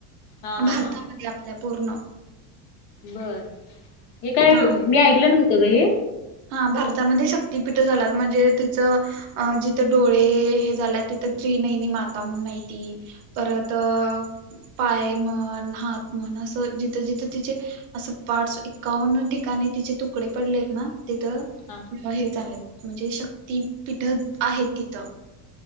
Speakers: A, on the left (about 55°); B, on the right (about 40°).
A: हा हा
B: भारतामध्ये
A: हा
B: आपल्या पूर्ण.
A: बर, हे काय
B: हा
A: मी ऐकलं नव्हतं गं हे.
B: हा, भारतामध्ये शक्तीपीठ झाल्यात म्हणजे, तिचं अ, जिथं डोळे हे झाल्या, तिथं त्रीनयनी माता म्हणून हाय ती परत पाय म्हण, हात म्हण, असं जिथं -जिथं तिचे असं पाच, एकावन्न ठिकाणी तिचे तुकडे पडलेत ना. तिथं,
A: हा
B: हे झाल्यात म्हणजे शक्तीपीठ आहेत तिथं.